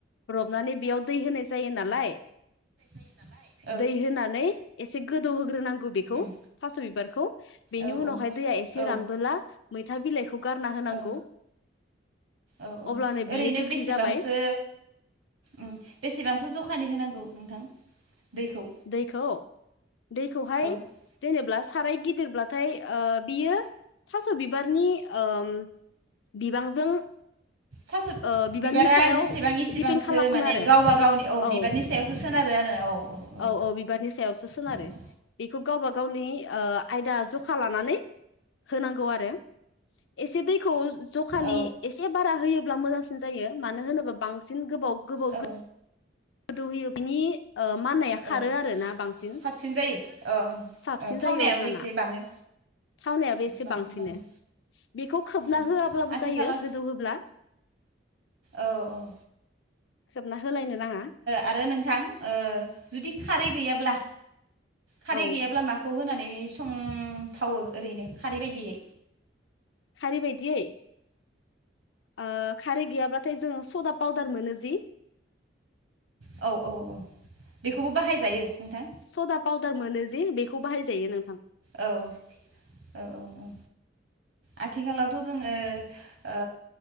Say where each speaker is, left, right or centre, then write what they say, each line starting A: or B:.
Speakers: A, on the left; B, on the right.
A: रबनानै बेयाव दै होनाय जायो नालाय
B: जायो नालाय
A: दै होनानै एसे गोदौहोग्रोनांगौ बेखौ
B: उम
A: थास' बिबारखौ बेनि
B: औ
A: उनावहाय
B: औ
A: दैआ एसे
B: औ
A: रानबोला मैथा बिलाइखौ गारना होनांगौ
B: औ औ औ
A: अब्लानो बियो
B: ओरैनो
A: गोखै
B: बेसेबांसो
A: जाबाय
B: उम बेसेबांसो जखानि होनांगौ नोंथां दैखौ
A: दैखौ दैखौहाय
B: औ ओ
A: जेनेब्ला खाराय गिदिरब्लाथाय ओ बियो थास' बिबारनि ओम बिबांजों
B: थास'
A: ओ बिबांनि
B: बिबारा
A: सायाव
B: जेसेबां इसिबांसो
A: दिपेन्ड खालामो
B: माने
A: आरो
B: गावबा गावनि अ
A: औ
B: बिबारनि सायावसो सोनारो आरो औ औ औ
A: अ बिबारनि सायावसो सोनारो
B: नोंथां
A: बेखौ गावबा गावनि ओ आयदा जखा लानानै होनांगौ आरो एसे दैखौ जखानि
B: औ
A: एसे बारा होयोब्ला मोजांसिन जायो मानो होनोबा बांसिन गोबाव गोबाव
B: औ
A: गोदौ होयो बिनि ओ माननाया खारो
B: औ
A: आरोना बांसिन
B: साबसिन जायो औ
A: साबसिन
B: ओ थावनायाबो
A: जायो अब्लाना
B: एसे बाङो
A: थावनायाबो एसे
B: बांसिन
A: बांसिनो
B: बाङो
A: बेखौ खोबना
B: उम
A: होआब्लाबो
B: आथिखालाव
A: जायो गोदौहोब्ला
B: औ औ
A: खोबना होलायनो नाङा।
B: आरो नोंथां ओ जुदि खारै गैयाब्ला खारै
A: औ
B: गैयाब्ला माखौ होनानै नानै संथावो ओरैनो खारै बायदियै?
A: खारै बादियै? ओ खारै गैयाब्लाथाय जोङो सदा पाउदार मोनो जि।
B: औ औ औ बेखौबो बाहायजायो। नोंथां
A: सदा पाउदार मोनो जे बेखौ बाहायजायो नोंथां।
B: औ ओ ओ ओ आथिखालावथ' जोङो ओ